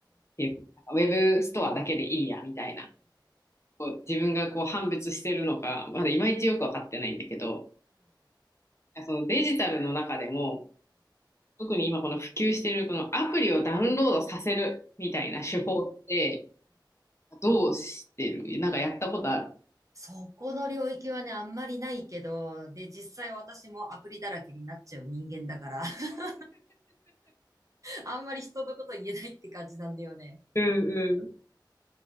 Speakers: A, on the left (about 35°); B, on the right (about 45°).
A: ていうか、ウェブストアだけでいいや、みたいな。こう自分がこう判別してるのか、まだいまいちよくわかってないんだけど、そのデジタルの中でも、特に今この普及してるこのアプリをダウンロードさせるみたいな手法ってどうしてるなんかやったことある
B: そこの領域はね、あんまりないけど、で、実際私もアプリだらけになっちゃう人間だから、<laughs> あんまり人のこと言えないって感じなんだよね。
A: うんうん。